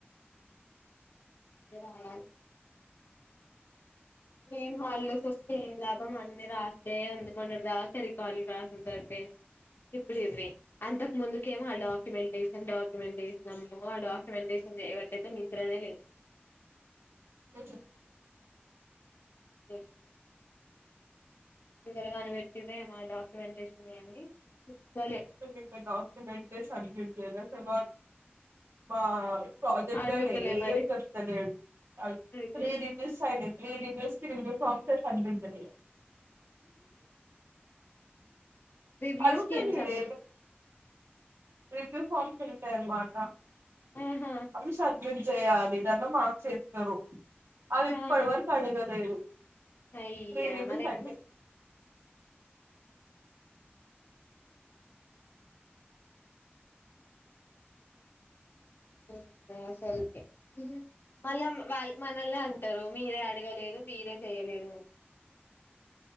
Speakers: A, on the left; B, on the right.
A: <inaudible> ఆమె హాలిడేస్ ఇస్తే ఆమె లాభం అని రాయాలి లేదు అండి. మొన్నటి దాకా రికార్డులు రాసూడు సరిపోయింది. ఇప్పుడు ఇవి అంతకు ముందు ఏమో ఆ డాక్యుమెంటేషన్ డాక్యుమెంట్ చేసినాము అమ్మో డాక్యుమెంటేషన్ చేయబట్టయితే నిద్రనే లేదు.
B: ఉహు
A: పిచ్చి లేసింది ఎవరు గాని పెట్టిండ్రేమో ఆ డాక్యుమెంటేషన్ గాని చెప్పలే
B: మేము ఇంకా డాక్యుమెంటేషన్ సబ్మిట్ చేయలే అసలు మాక్ మా ప్రాజెక్ట్
A: అడుగుతలే
B: గైడ్ ఏం
A: మరి
B: చెప్తలేడు.
A: అయితే
B: త్రీ రివ్యూస్ అయినాయి త్రీ రివ్యూస్ <inaudible> సాఫ్ట్వేర్ సబ్మిట్ చేయాలే
A: రివ్యూస్
B: అడుగుత
A: కి ఏం
B: లేడే
A: సబ్మిట్
B: రివ్యూ ఫార్మ్ ఫిల్ చేయాలన్న మాట
A: ఆహా
B: అవసరం రేపు చేయాలి దాంట్లో మార్క్స్ వేస్తారు. అది ఇప్పటి
A: ఆహా
B: వరకు అడగలేదు
A: అయ్యా
B: త్రీ రివ్యూస్
A: మరి ఎట్ల
B: అంటే
A: ఏందో అసలుకే మళ్ళా వాళ్ళు మనల్నే అంటారు. మీరే అడగలేదు మీరే చెయలేదు అ